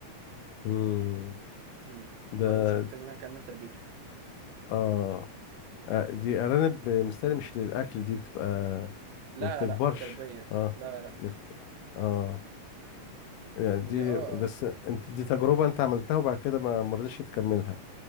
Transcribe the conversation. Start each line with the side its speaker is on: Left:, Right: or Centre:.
Left: امم
Right: امم وما
Left: ده
Right: رضوش في البيت ان انا اكمل تربيته
Left: اه آه، دي أرانب مستني مش للأكل دي بتبقى
Right: لا
Left: ما بتكبرش
Right: لا لا تربيه
Left: اه
Right: لا لا لا
Left: نت- اه يعني دي
Right: هي اه
Left: بس انت دي تجربة انت عملتها وبعد كده ما ما رضيتش تكملها